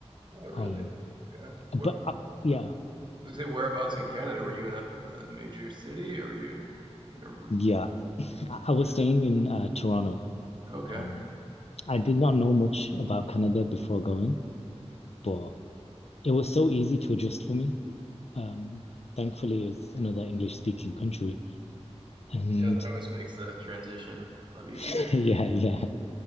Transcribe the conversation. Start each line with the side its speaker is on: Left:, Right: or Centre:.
Right: Oh, really?
Left: Um,
Right: Okay. What
Left: but I, yeah.
Right: I was gonna say whereabouts in Canada? Were you in a, a major city or were you in a r-
Left: Yeah, I
Right: okay.
Left: I was staying in uh, Toronto.
Right: Okay.
Left: Um, I did not know much about Canada before going, but it was so easy to adjust for me. Um, thankfully, it's another English speaking country. And
Right: Yeah, that always makes the transition a lot easier.
Left: <laughs> yeah, yeah.